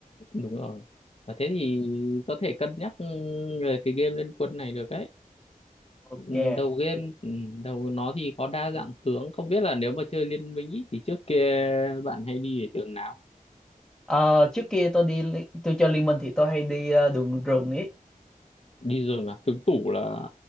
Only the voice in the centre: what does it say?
Ok.
Ờ, trước kia tôi đi li- tôi chơi Liên Minh thì tôi hay đi ờ, đường rừng ấy